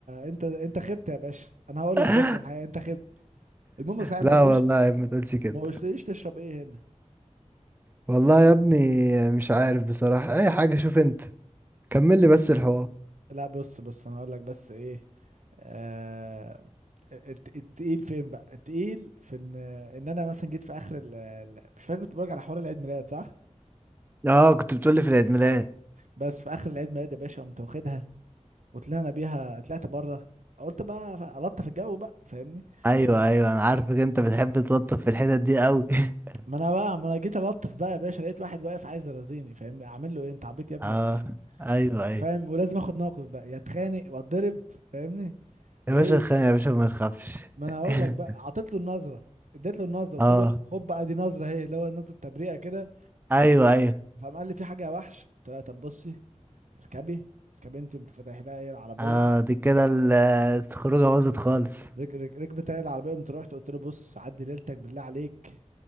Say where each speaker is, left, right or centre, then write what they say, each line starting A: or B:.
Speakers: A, on the right (about 80°); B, on the right (about 15°).
A: انت انت خبت يا باشا انا هقول
B: <laughs>
A: لك بس الحقيقه انت خبت المهم صحيح
B: لا
A: ما قلتليش
B: والله يا ابني ما تقولش كده
A: ما قلتليش تشرب ايه هنا
B: والله يا ابني مش عارف بصراحة اي حاجة شوف انت كمل لي بس الحوار
A: لا بص بص انا هقول لك بس ايه آه... الت- التقيل فين بقى التقيل في ان ان انا مثلا جيت في اخر ال... ال- مش فاكر كنت بقولك على حوار العيد ميلاد صح
B: اه كنت بتقولي في العيد ميلاد
A: بس في اخر العيد ميلاد يا باشا قمت واخدها وطلعنا بيها طلعت بره قلت بقى لطف الجو بقى فاهمني
B: ايوه ايوه انا عارفك انت بتحب تلطف في الحتت دي قوي <laughs>
A: ما انا بقى ما انا جيت الطف بقى يا باشا لقيت واحد واقف عايز يرازيني فاهمني اعمل له ايه انت عبيط يا ابني
B: اه
A: ولا ايه
B: ايوه ايوه
A: فاهم ولازم اخد موقف بقى يا اتخانق واتضرب فاهمني
B: يا
A: ايه
B: باشا خان يا باشا ما تخافش
A: ما انا هقول
B: <laughs>
A: لك بقى عطيت له النظره اديت له النظره
B: اه
A: قلت له خد بقى دي نظره اهي اللي هو نظره تبريئه كده
B: ايوه ايوه
A: فقام قال لي في حاجه يا وحش قلت له طب بصي اركبي اركبي انت انت فاتح لها ايه العربيه
B: اه دي كده ال- الخروجه باظت خالص
A: رك- رك- ركبت علي العربيه قمت رحت قلت له بص عدي ليلتك بالله عليك